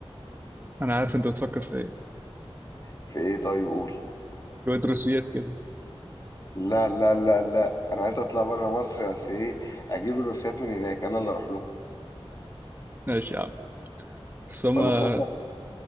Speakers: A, on the right (about 20°); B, on the left (about 35°).
A: انا عارف انت بتفكر في ايه
B: في ايه طيب قول
A: شويه روسيات كده
B: لا لا لا لا انا عايز اطلع بره مصر بس ايه اجيب الروسيات من هناك انا اللي اروح لهم
A: ماشي يا عم بس هما
B: ولا تصدق